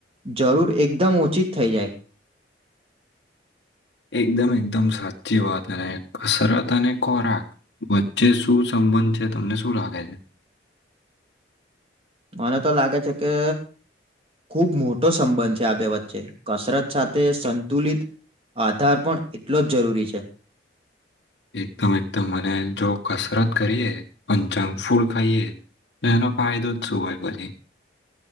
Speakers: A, on the right; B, on the left.
A: જરૂર એકદમ ઓછી જ થઈ જાય
B: એકદમ એકદમ સાચી વાત અને કસરત અને ખોરાક વચ્ચે શું સમ બંધ છે, તમને શું લાગે છે,
A: મને તો લાગે છે, કે ખૂબ મોટો સંબંધ છે, આ બે વચ્ચે કસરત સાથે સંતુલિત આધાર પણ એટલો જ જરૂરી છે,
B: એકદમ એકદમ મને જો કસરત કરીએ પંચાંગ ફૂલ ખાઈએ હનો પાાય દઉધ છું હોય <unintelligible>